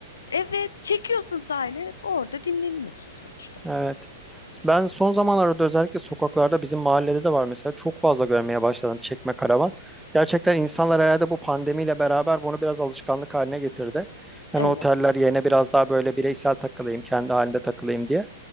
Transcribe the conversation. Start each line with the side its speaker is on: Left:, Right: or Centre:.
Left: evet. Çekiyorsun sahile. Orada dinleniyorsun sonuçta.
Centre: Evet. Ben son zamanlarda özellikle sokaklarda bizim mahallede de var mesela çok fazla görmeye başladım çekme karavan. Gerçekten insanlar herhalde bu pandemiyle beraber bunu biraz alışkanlık haline getirdi. Hani
Left: Evet.
Centre: oteller yerine biraz daha böyle bireysel takılayım, kendi halinde takılayım diye.